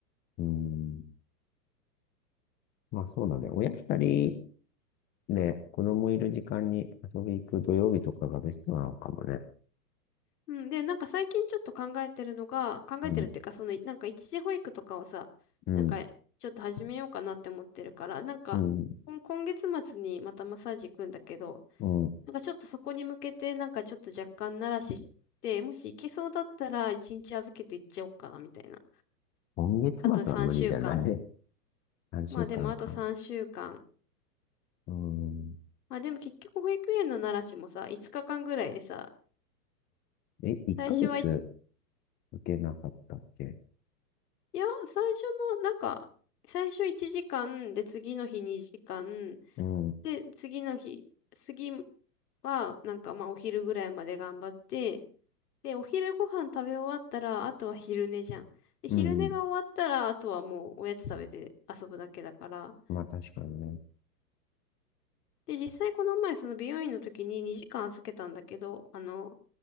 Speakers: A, on the left; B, on the left.
A: うん。まあそうだね。親二人で、子供いる時間に遊び行く土曜日とかがベストなのかもね。
B: うん。で、なんか最近ちょっと考えてるのが、考えてるっていうか、
A: うん、
B: その、なんか一時保育とかをさ、
A: うん、
B: なんか、ちょっと始めようかなって思ってるから、なんか、
A: うん、
B: こん今月末にまたマッサージ行くんだけど、
A: うん。
B: なんかちょっとそこに向けて、なんかちょっと若干慣らしして、もし行けそうだったら1日預けて行っちゃおうかな、みたいな。
A: 今月末は無理じゃない
B: あと3週間。
A: ?3 <laughs> 週間か。
B: まあでもあと3週間。
A: うん。
B: まあでも結局保育園の慣らしもさ、5日間ぐらいでさ、
A: え、1ヶ月
B: 最初はい、
A: 受けなかったっけ
B: いや、最初の、なんか、最初1時間、で、次の日2時間、
A: うん、
B: で、次の日、次は、なんかまあお昼ぐらいまで頑張って、で、お昼ご飯食べ終わったら、あとは昼寝じゃん。で、
A: うん。
B: 昼寝が終わったら、あとはもうおやつ食べて遊ぶだけだから。
A: まあ確かにね。
B: で、実際この前、その美容院の時に2時間預けたんだけど、あの、